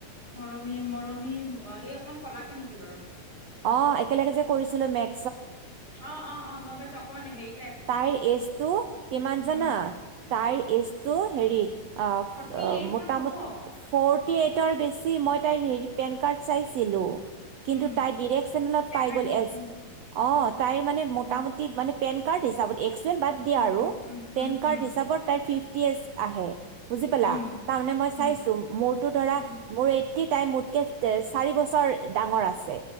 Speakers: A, on the left; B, on the right.
A: মৰমি -মৰমি এই অকন কলাকে নেকি? কি বাৰু।
B: অহ, একেলগে যে কৰিছিলো মেক
A: অ-অ-অ গম পাইছো। অকমান হেৰী
B: তাইৰ এজটো কিমান জানা
A: উম,
B: তাইৰ এইজ তো হেৰি অফ
A: ফৰ্টি
B: অ
A: এইট
B: মোটামুটি
A: মান হ'ব
B: ফৰটি এইটৰ বেছি মই তাইৰ হেৰি পেন কাৰ্ড চাইছিলো। কিন্তু
A: উম,
B: তাই ডিৰেক্ চেনেলত
A: ছেভেন
B: পাই গ'ল এ।
A: উম,
B: অ তাইৰ মানে মোটামুটি
A: উম,
B: মানে পেন টো হিচাপত এক্সুৱেল বাদ দিয়া
A: উম,
B: আৰু।
A: উম,
B: পেন
A: উম,
B: কাৰ্ড
A: উম,
B: হিচাপত তাই ফিফটি আছ আহে, বুজি পালা?
A: উম, উম,
B: তাৰমানে মই
A: উম,
B: চাইছো মোৰতো ধৰা
A: উম,
B: মোৰ এইটি, তাই মোতকে চাৰি বছৰ ডাঙৰ আছে।